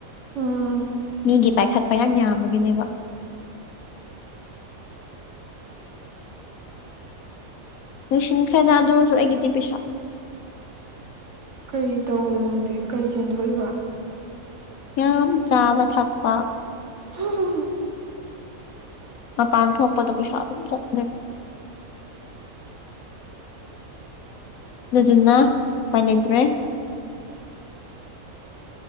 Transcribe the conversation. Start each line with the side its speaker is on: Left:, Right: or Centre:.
Right: ꯎꯝ
Left: ꯑꯩꯒꯤ ꯄꯥꯏꯈꯠꯄ ꯌꯥꯝ ꯌꯥꯝꯃꯒꯅꯦꯕ ꯂꯣꯏꯁꯤꯟꯈ꯭ꯔꯦꯗ ꯑꯗꯨ ꯑꯣꯏꯔꯁꯨ ꯑꯩꯒꯤꯗꯤ ꯄꯩꯁꯥ
Right: ꯀꯩ ꯇꯧꯕꯗꯣ ꯅꯪꯗꯦ ꯀꯩ ꯆꯦꯟꯊꯣꯛꯏꯕ
Left: ꯌꯥꯝ ꯆꯥꯕ ꯊꯛꯄ
Right: ꯍ ꯍ ꯍ
Left: ꯃꯥ ꯄꯥꯟ ꯊꯣꯛꯄꯗꯣ ꯄꯩ ꯁ ꯑꯗꯨꯝ ꯆꯠ ꯑꯗꯨꯗꯨꯅ ꯃꯅꯤꯗ꯭ꯔꯦ